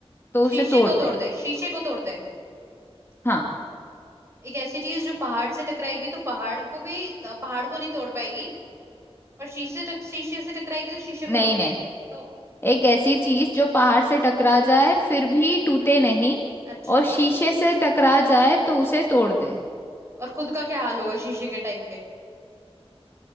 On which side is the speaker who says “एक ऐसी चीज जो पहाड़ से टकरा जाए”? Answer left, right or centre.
Left